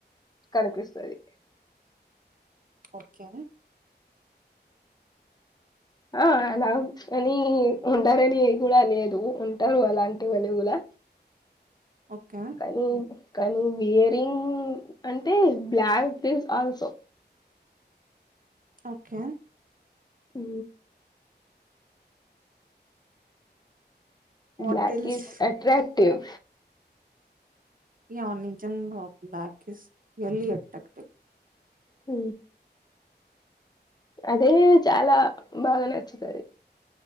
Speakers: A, on the left (about 20°); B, on the right (about 50°).
A: కనిపిస్తుంది
B: ఓకే
A: ఆ అలా అని ఉంటారని కూడా లేదు ఉంటారు అలాంటివన్నీ కూడా
B: ఓకే
A: కాని కానీ వియరింగ్ అంటే బ్లాక్ దస్ ఆల్సో
B: ఓకే
A: ఉ
B: hotels
A: black is attractive
B: ఈ ఆనిజంగ్ ఆఫ్ బ్లాక్స్ ఎల్ ఎట్టక్ట్
A: అ అదే చాలా బాగా నచ్చుతుంది